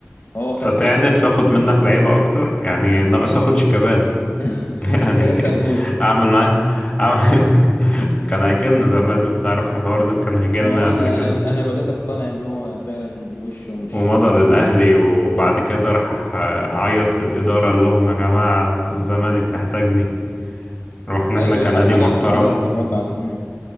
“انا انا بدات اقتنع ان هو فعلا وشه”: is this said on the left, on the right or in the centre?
Left